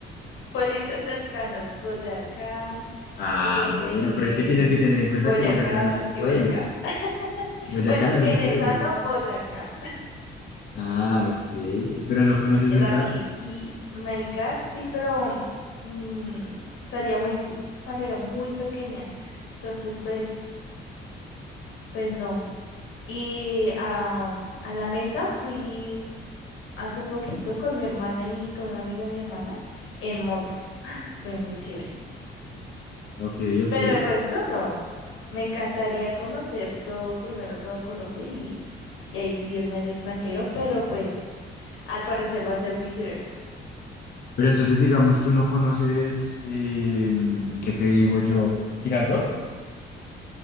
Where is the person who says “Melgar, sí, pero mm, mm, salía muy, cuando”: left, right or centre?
Left